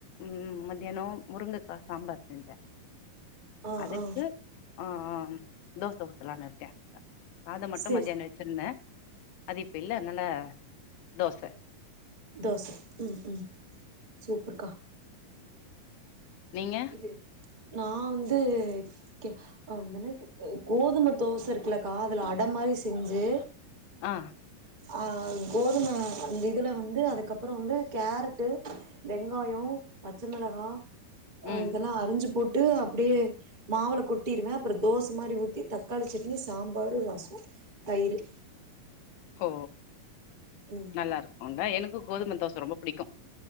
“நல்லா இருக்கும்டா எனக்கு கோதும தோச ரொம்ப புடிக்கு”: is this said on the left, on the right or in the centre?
Left